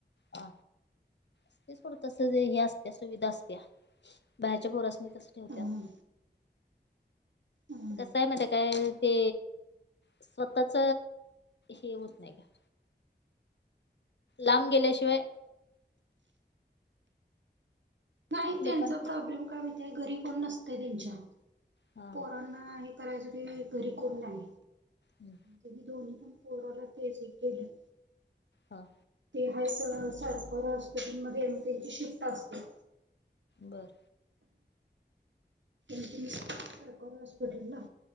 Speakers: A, on the left (about 70°); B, on the right (about 85°).
A: हा तेच पुरत हे असत्या सुविधा असत्या. बाहेरच्या पोरसणी तस ठेवत्यात
B: हं हं
A: कस आहे महीत काय ते स्वतःच हे होत नाही का लांब गेल्याशिवाय
B: नाही त्यांचा
A: लोकांचं
B: प्रॉब्लेम काय माहीती ये घरी कोण नसतय त्यांच्या
A: हा
B: पोरांना हे कराय साठी घरी कोण नाय.
A: हम्
B: तीनी दोन्ही पण पोराला तेस एक केलयात.
A: हां
B: ते आहेत तवर सरकार हॉस्पिटलमध्ये त्यांची शिफ्ट असत्या.
A: बरं
B: गेलतीस सरकारी हॉस्पिटल ला.